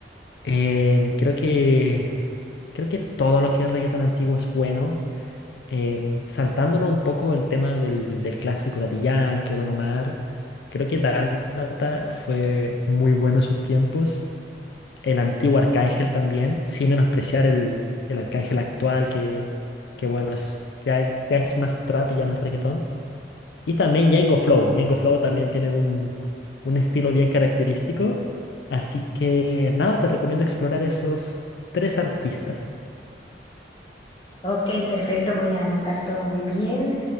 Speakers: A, on the left; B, on the left.
A: Em, creo que creo que todo lo que es reggaetón antiguo es bueno. Em, saltándolo un poco el tema del, del clásico Daddy Yankee o Don Omar, creo que Dálmata fue muy bueno en sus tiempos. El antiguo Arcángel también, sin menospreciar el, el Arcángel actual que, que bueno, es, ya, ya es más trap y ya no es reggaetón. Y también Django Flow. Django Flow también tiene un, un estilo bien característico. Así que nada, te recomiendo explorar esos tres artistas.
B: Ok, perfecto, voy a anotar todo muy bien.